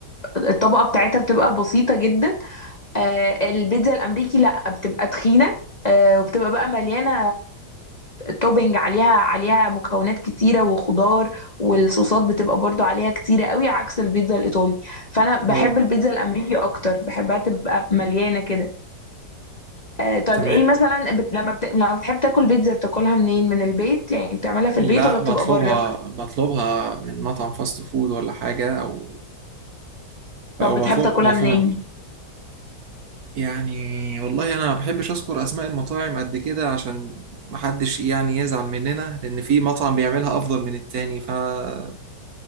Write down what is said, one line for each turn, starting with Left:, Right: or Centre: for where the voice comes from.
Left: الطبقة بتاعتها بتبقى بسيطة جدا آه، البيتزا الامريكي لا بتبقى تخينه آه، وبتبقى بقى مليانه توبينج عليها عليها مكونات كتيره وخضار والصوصات بتبقى برضو عليها كتيره قوي عكس البيتزا الايطالي فانا بحب
Right: اه
Left: البيتزا الامريكي اكتر بحبها تبقى مليانه كده آه، طب
Right: تمام
Left: ايه مثلا بت... لما بت... لما بتحب تاكل بيتزا بتاكلها منين من البيت يعني بتعملها
Right: لا
Left: في البيت ولا بتبقى
Right: بطلبها
Left: بره
Right: بطلبها من مطعم فاست فود ولا حاجة او
Left: طب
Right: او
Left: بتحب
Right: بطلب
Left: تاكلها
Right: بطلبها
Left: منين
Right: يعني والله انا ما بحبش اذكر اسماء المطاعم قد كده عشان ما حدش يعني يزعل مننا لان في مطعم بيعملها افضل من التاني فما